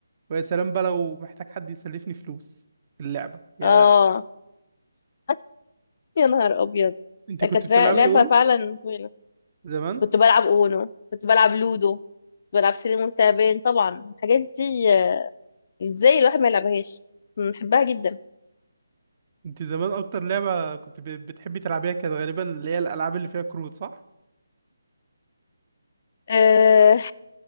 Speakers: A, on the right; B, on the left.
A: ويا سلام بقى لو محتاج حد يسلفني فلوس في اللعبه يا
B: اه <laughs> يا نهار ابيض
A: انت
B: ده
A: كنت
B: كانت
A: بتلعبي
B: لعبة
A: اونو
B: فعلا طويلة
A: زمان
B: كنت بلعب اونو كنت بلعب لودو بلعب سلم وتعبان طبعا الحاجات دي آه، ازاي الواحد ما يلعبهاش بحبها جدا
A: انت زمان اكتر لعبة كنت ب- بتحبي تلعبيها كانت غالبا اللي هي الالعاب اللي فيها كروت صح
B: أه